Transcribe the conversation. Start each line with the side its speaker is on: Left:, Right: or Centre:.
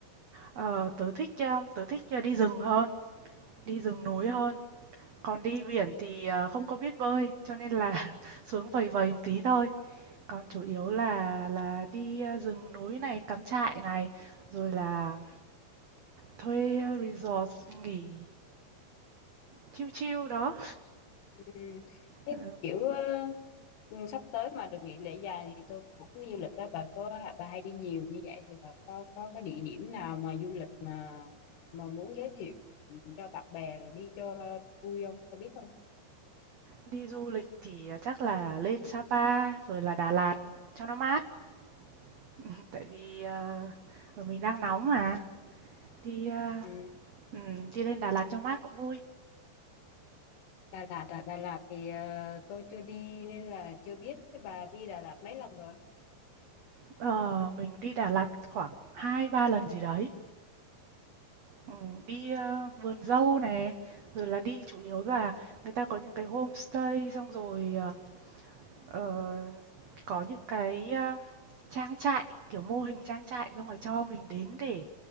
Right: Ờ, tớ thích ờ, tớ thích ờ, đi rừng hơn, đi rừng núi hơn. Còn đi biển thì ờ, không có biết bơi, cho nên là <laughs> xuống vầy vầy một tí thôi. Còn chủ yếu là là đi ờ, rừng núi này, cắm trại này, rồi là thuê ờ, resort nghỉ chill chill đó.
Left: Ừm, Thế
Right: Ừ,
Left: kiểu ờ, sắp tới mà được nghỉ lễ dài thì tôi cũng đi du lịch đó bà có bà hay đi nhiều như vậy thì bà có có cái địa điểm nào mà du lịch mà mà muốn giới thiệu cho bạn bè rồi đi cho vui không? Cho biết không?
Right: Đi du lịch thì, à, chắc là lên Sapa rồi là Đà Lạt cho nó mát. <laughs> Ừm, tại vì, ờ, ờ, mình đang nóng mà, đi, a,
Left: Ừ.
Right: ừm, đi lên Đà Lạt cho mát cũng vui.
Left: Đà Lạt à, Đà Lạt thì ờ, tôi chưa đi nên là chưa biết thế bà đi Đà Lạt mấy lần rồi
Right: Ờ, mình đi Đà Lạt khoảng hai ba lần gì đấy. Ừm, đi, a, vườn dâu này rồi là đi chủ yếu là người ta có những cái homestay xong rồi, ờ, ờ, có những cái, a, trang trại, kiểu, mô hình trang trại xong rồi cho mình đến để